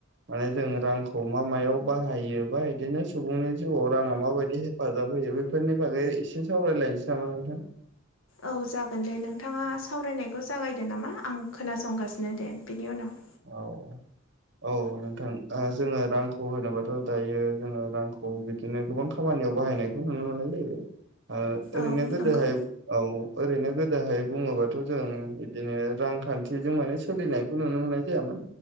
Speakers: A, on the right; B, on the left.
A: माने जों रांखौ मा मायाव बाहायो बा बिदिनो सुबुंनि जिउआव राङा माबायदि हेफाजाब होयो बेफोरनि बागै एसे सावरायलायनोसै नामा नोंथां?
B: औ जागोन दे नोंथाङा सावरायनायखौ जागायदो नामा आं खोनासंगासिनो दे बिनि उनाव
A: औ औ औ नोंथां जोङो रांखौ होनोबाथ' दायो जोङो रांखौ बिदि बिदिनो गोबां खामानियाव बाहायनायखौ नुनो मोननाय जायो ओ ओरैनो
B: औ
A: गोदोहाय
B: नंगौ
A: औ ओरैनो गोदोहाय बुङोबाथ' जों बिदिनो रांखान्थिजों माने सोलिनायखौ नुनो मोननाय जायामोन।